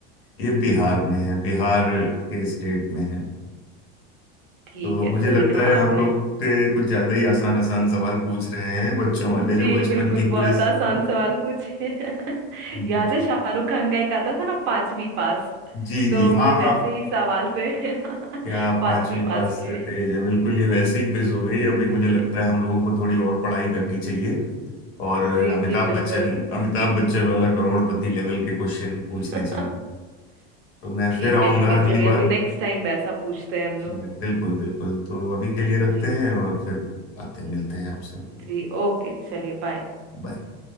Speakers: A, on the left; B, on the right.
A: ये बिहार में है बिहार के स्टेट में है
B: ठीक
A: तो
B: है
A: मुझे
B: सही
A: लगता
B: कहा
A: है हम
B: आपने
A: लोग के कुछ ज्यादा ही आसान
B: <laughs>
A: आसान सवाल पूछ रहे हैं बच्चों
B: जी
A: वाले जो बचपन
B: बिल्कुल
A: की क्विज
B: बहुत आसान
A: थी
B: सवाल पूछे <laughs>
A: मुझे-
B: याद है शाहरुख खान का एक आता था ना पांचवी पास
A: जी
B: तो
A: जी
B: ये
A: हाँ
B: वैसे ही सवाल थे <laughs>
A: क्या आप
B: पांचवी
A: पांचवी पास
B: पास के
A: से तेज है बिल्कुल ये वैसी क्विज हो गई अभी मुझे
B: <laughs>
A: लगता है हम लोगों को थोड़ी और पढ़ाई करनी चाहिए और अ,
B: जी
A: अमिताभ
B: जी बिल्कुल
A: बच्चन अमिताभ बच्चन वाला करोड़पति लेवल के क्वेश्चन पूछने
B: <laughs>
A: चाहिए तो मैं
B: ठीक
A: फिर आऊंगा
B: है ठीक है
A: अगली
B: चलिए अभी
A: बार
B: नेक्स्ट टाइम वैसा पूछते हैं हम लोग
A: जी मैं- बिल्कुल बिल्कुल तो अभी के लिए रखते
B: जी
A: हैं और फिर आते
B: जी
A: हैं मिलते हैं आपसे
B: जी ओके चलिए बाय
A: बाय